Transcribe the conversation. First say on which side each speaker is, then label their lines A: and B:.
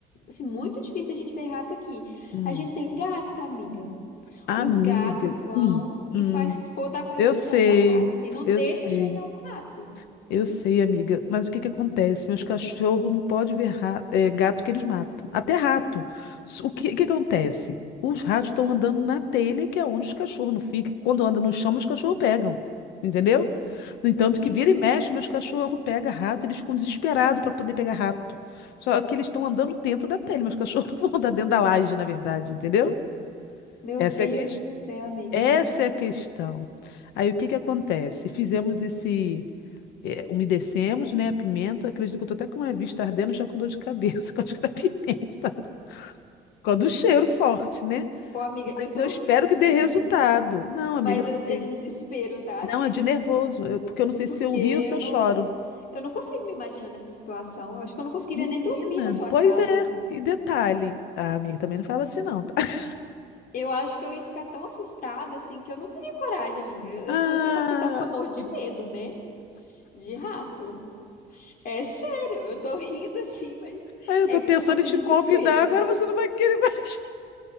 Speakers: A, on the left; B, on the left.
A: assim, muito difícil a gente ver rato aqui.
B: hum.
A: A gente tem gato, amiga.
B: Amiga,
A: Os gatos vão
B: hum, hum.
A: e faz toda a proteção
B: Eu sei,
A: da casa, assim, não
B: eu
A: deixa
B: sei,
A: chegar um rato.
B: eu sei, amiga. Mas o que que acontece? Meus cachorros não podem ver ra- é, gato que eles matam. Até rato. S- O que que acontece? Os ratos estão andando na telha, que é onde os cachorros não ficam. Quando anda no chão, os cachorros pegam. Entendeu? No entanto,
A: Entendi.
B: que vira e mexe, meus cachorros pegam rato, eles ficam desesperados para poder pegar rato. Só que eles estão andando dentro da telha, Meus cachorros <laughs> não vão andar dentro da laje, na verdade, entendeu?
A: Meu
B: Essa
A: Deus
B: é a ques-
A: do céu, amiga.
B: Essa é a questão. Aí o que que acontece? Fizemos esse. é, umedecemos, né? A pimenta. Acredito que eu tô até com a vista ardendo, já com dor de cabeça, <laughs> que eu acho que da pimenta. Por causa do cheiro forte, né?
A: Ô, amiga,
B: Mas
A: eu tô
B: eu espero
A: rindo assim,
B: que dê resultado. Não,
A: mas
B: amiga, eu
A: eu-
B: sei.
A: é desespero, tá?
B: Não,
A: <laughs> Assim,
B: é de nervoso, eu- porque eu não sei
A: porque
B: se eu
A: eu
B: rio ou se eu
A: não,
B: choro.
A: eu não consigo me imaginar nessa situação. Eu acho que eu não conseguiria
B: Menina,
A: nem dormir na sua
B: pois
A: casa.
B: é. E detalhe, a amiga também não fala assim, não. tá? <laughs>
A: Eu acho que eu ia ficar tão assustada assim que eu não teria coragem, amiga. Eu- eu-
B: Ah,
A: você sabe você sabe que eu morro de medo, né? De rato. É sério, eu tô <laughs> rindo assim, mas
B: ai, eu
A: é
B: tô
A: com
B: pensando
A: muito
B: em te
A: desespero.
B: convidar, agora você não vai querer mais.